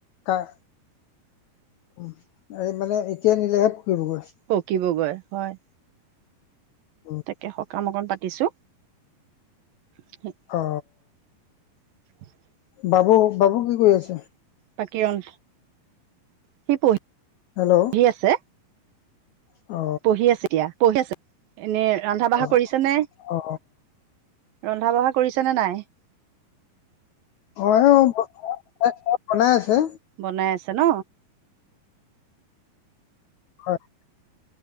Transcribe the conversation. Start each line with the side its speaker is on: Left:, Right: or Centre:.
Left: কাৰ উম এই মানে এতিয়া নিলেহে পকিবগৈ।
Right: পকিবগৈ হয়।
Left: উম,
Right: তাকে সকাম অকন পাতিছো সে।
Left: অ।
Right: <inaudible>
Left: বাবু- বাবু কি কৰি আছে?
Right: বাকী অন সি পঢ়ি
Left: হেল্ল'।
Right: হি আছে।
Left: অ
Right: পঢ়ি আছে এতিয়া পঢ়ি আছে এনে ৰান্ধা বঢ়া
Left: অ অ
Right: কৰিছা নে?
Left: অ
Right: ৰন্ধা বঢ়া কৰিছে নে নাই?
Left: অ অ বনাই আছো।
Right: বনাই আছে ন?
Left: হয়